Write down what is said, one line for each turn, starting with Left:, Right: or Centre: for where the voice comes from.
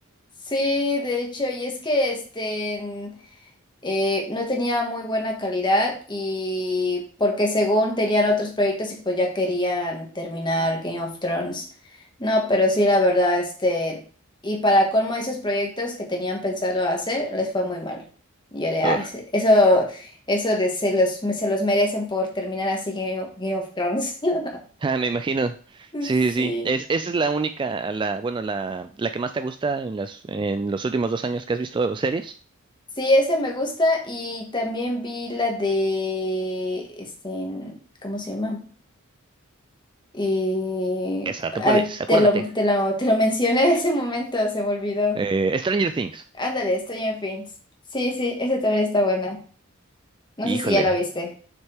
Left: Sí, de hecho, y es que este en- eh, no tenía muy buena calidad y porque según tenían otros proyectos y pues ya querían terminar Game of Thrones. No, pero sí, la verdad, este, y para colmo esos proyectos que tenían pensado hacer, les fue muy mal. Y yo de, "Ah,
Right: Ujú.
Left: ese- eso, eso les- se los, se los merecen por terminar así Game of Game of Thrones. <laughs>
Right: Ah, me imagino. Sí,
Left: Sí.
Right: sí, sí. Es, esa es la única, la, bueno, la, la que más te gusta en las, en los últimos dos años que has visto series.
Left: Sí, esa me gusta y también vi la de, este, ¿cómo se llama? Eh,
Right: Esa,
Left: ay,
Right: tú puedes, acuérdate.
Left: te lo, te lo, te lo <laughs> mencioné en ese momento, se me olvidó.
Right: Eh, Stranger Things.
Left: Ándale, estoy en Things. Sí, sí, esa también está buena. No
Right: Híjole.
Left: sé si ya la viste.